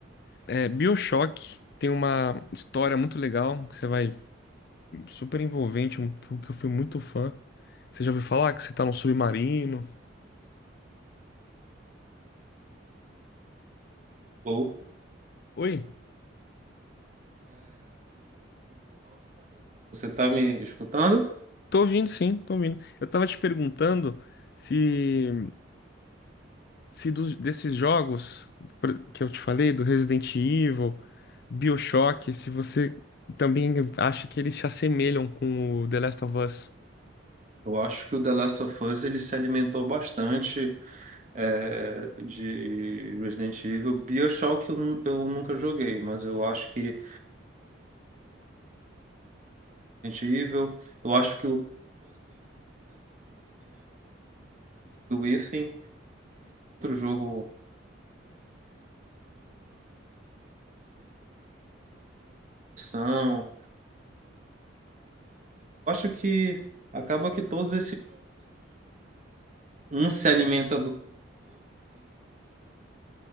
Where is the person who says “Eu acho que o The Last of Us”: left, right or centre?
Right